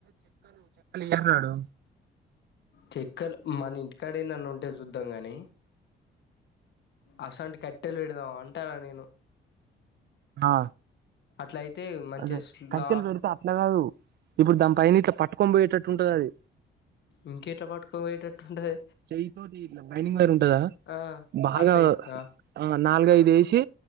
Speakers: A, on the right; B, on the left.
A: ఎన్నడు
B: చెక్కలు మన ఇంటికాడ ఎడనన్న ఉంటే చూద్దాం కానీ అసోంటి కట్టెలు పెడదాం అంటాన నేను
A: ఆ
B: అట్లయితే మంచిగ
A: అదే
B: స్లాబ్
A: కట్టెలు పెడితే అట్లా కాదు ఇప్పుడు దాని పైన ఇట్ల పట్టుకొని పోయేటట్టు ఉంటది అది
B: ఇంకెట్ల పట్టుకపోయేటట్టు ఉంటది
A: చెయ్యితోటి ఇట్లా బైండింగ్ వైర్ ఉంటదా
B: ఆ
A: బాగా
B: అట్ల చేత్తవా
A: ఆ నాలుగైదు వేసి